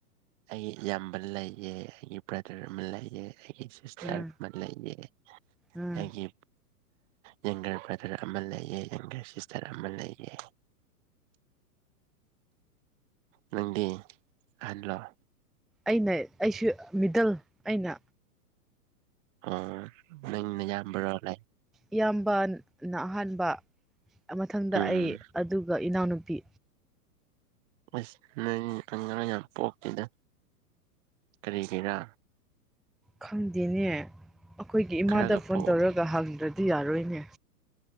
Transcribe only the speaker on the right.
ꯑꯩ ꯏꯌꯥꯝꯕ ꯂꯩꯑꯦ ꯑꯩꯒꯤ ꯕ꯭ꯔꯗꯔ ꯑꯃ ꯂꯩꯌꯦꯦ ꯑꯩꯒꯤ ꯁꯤꯁꯇꯔ
ꯑꯃ ꯂꯩꯌꯦ
ꯑꯩꯒꯤ ꯌꯪꯒꯔ ꯕ꯭ꯔꯗꯔ ꯑꯃ ꯂꯩꯑ ꯌꯦꯪꯒꯔ ꯁꯤꯁꯇꯔ ꯑꯃ ꯂꯩꯑ ꯅꯪꯗꯤ ꯑꯍꯜꯂꯣꯑꯣ
ꯑꯣ ꯏ ꯌꯥꯕꯣ ꯂꯩꯦ
ꯎꯝ
ꯑꯁ ꯅꯣꯏꯇ ꯉꯔꯥꯡ ꯌꯥꯝ ꯄꯣꯛꯇꯦꯗ ꯀꯔꯤꯒꯤꯔꯥ
ꯈꯔꯒ
ꯄꯣꯛ